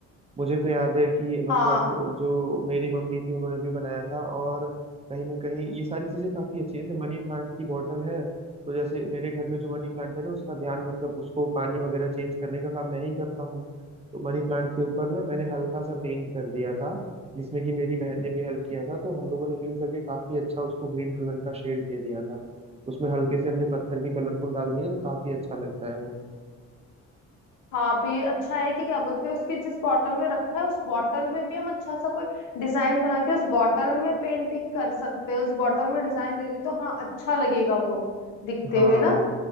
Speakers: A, on the right; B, on the left.
A: मुझे तो याद है कि मतलब
B: हाँ
A: जो मेरी मम्मी थी उन्होंने भी बनाया था और कहीं ना कहीं ये सारी चीजें काफी अच्छी है जैसे मनी प्लांट की बॉटल है तो जैसे मेरे घर में जो मनी प्लांट है ना उसका ध्यान मतलब उसको पानी वगैरह चेंज करने का काम मैं ही करता हूँ तो मनी प्लांट के ऊपर ना मैंने हल्का सा पेंट कर दिया था जिसमें कि मेरी बहन ने भी हेल्प किया था तो हम लोगों ने मिल करके काफी अच्छा उसको ग्रीन कलर का शेड दे दिया था उसमें हल्के से हमने पत्थर भी कलरफुल डाल दिए ना, तो काफी अच्छा लगता है वो
B: हाँ तो ये अच्छा है कि क्या बोलते हैं उसकी जिस बॉटल में रखा है उस बॉटल में भी हम अच्छा सा कोई डिजाइन बना के उस बॉटल में पेंटिंग कर सकते हैं उस बॉटल में डिजाइन दे दे तो हाँ अच्छा लगेगा वो दिखते
A: हाँ
B: हुए ना